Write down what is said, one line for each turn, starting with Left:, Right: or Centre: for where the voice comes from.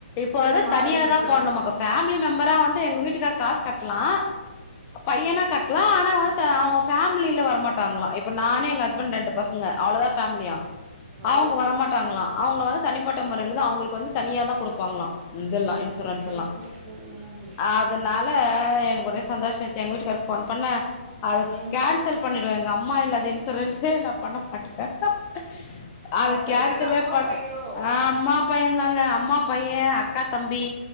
Right: இப்பெல்லா
Left: போது
Right: மாறி
Left: தனியா
Right: இருக்கலா
Left: தா போணுமாக்கு பேமிலி மெம்பரா வந் எங்க வீட்டுக்கார் காசு கட்லா பையனா கட்லா ஆனா அவுங்கவத்த அவங்க பேமிலில வரமாட்டாங்களா இப்ப நானே எங்க ஹஸ்பண்ட் ரெண்டு பசங்க அவ்ளோதா பேமிலியா
Right: ஓ
Left: அவுங்க வரமாட்டாங்களா அவுங்ல வந்து தனிப்பட்ட முறையில தா அவுங்ளுக்கு வந்து தனியா தா குடுப்பாங்களா இந்துல்லா
Right: ம்
Left: இன்சூரென்ஸ்லா
Right: ம் ம் ம் ம் ம்
Left: அதனால எனக்கு ஒரே சந்தோஷ சேர் எங்க வீட்டுக்காருக்கு ஃபோன் பண்ணா அது
Right: ம்
Left: கேன்சல் பண்ணி எங்க அம்மா இல்லாத இன்சூரன்ஸ் தெ நா பண்ண பட்டுக அத
Right: ஆ சரியான
Left: கேன்சலே
Right: அம்மா பயிரோ
Left: ஆஹ் அம்மா பையேதாங் அம்மா பையே அக்கா தம்பி